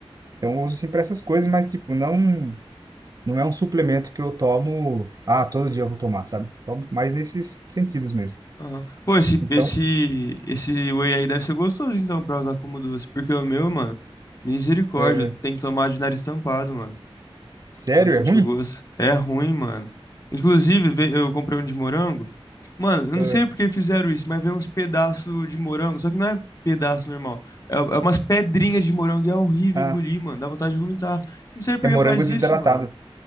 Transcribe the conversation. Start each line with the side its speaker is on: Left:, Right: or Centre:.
Right: Então eu uso assim pra essas coisas, mas, tipo, não, não é um suplemento que eu tomo, ah, todo dia eu vou tomar, sabe? Tomo mais nesses sentidos mesmo.
Left: Aham. Pô, esse,
Right: Então,
Left: esse, esse whey aí deve ser gostoso, então, pra usar como doce. Porque o meu, mano, misericórdia,
Right: é,
Left: tem que tomar de nariz tampado, mano.
Right: sério,
Left: Pra não sentir
Right: é ruim?
Left: o gosto. É ruim, mano. Inclusive, ve- eu comprei um de morango. Mano, eu
Right: É,
Left: não sei por que fizeram isso, mas veio uns pedaços de morango. Só que não é pedaço normal. É, é umas pedrinhas de morango e é horrível
Right: ah,
Left: engolir, mano. Dá vontade de vomitar. Não sei por
Right: é morango
Left: que faz
Right: desidratado.
Left: isso, mano.